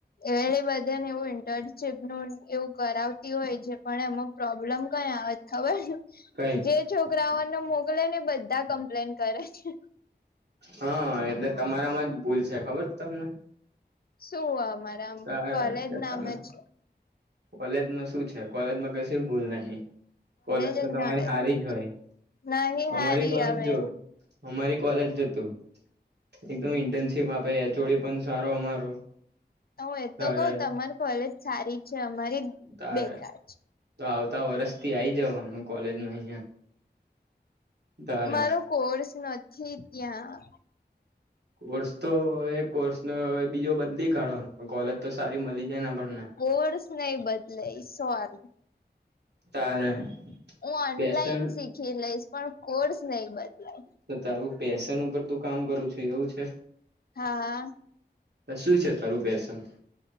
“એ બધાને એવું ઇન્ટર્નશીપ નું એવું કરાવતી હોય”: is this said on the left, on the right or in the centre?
Left